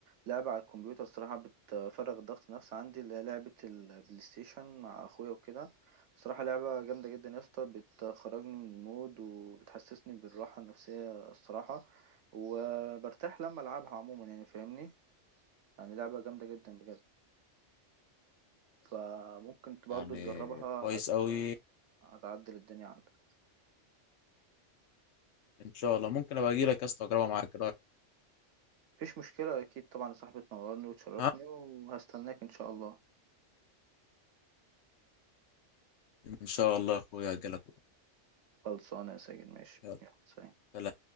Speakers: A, on the right; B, on the left.
A: لعبة على الكمبيوتر صراحة بتفرغ الضغط النفسي عندي اللي هي لعبة البلاي ستيشن مع أخويا وكده صراحة لعبة جامدة جدا يا اسطى بتخرجني من المود وبتحسسني بالراحة النفسية الصراحة وبرتاح لما ألعبها عموما يعني فاهمني يعني لعبة جامدة جدا بجد فممكن ت- برضو
B: يعني
A: تجربها
B: كويس
A: هت...
B: قوي
A: هتعدل الدنيا عندك
B: ان شاء الله ممكن ابقى اجي لك يا اسطى اجربها معاك إيه رأيك؟
A: مفيش مشكلة أكيد طبعا يا صاحبي تنورني وتشرفني
B: ها
A: وهستناك إن شاء الله
B: ان شاء الله يا اخويا اجي لك
A: خلصانة يا ساجد ماشي
B: يلا
A: يلا سلام
B: سلام.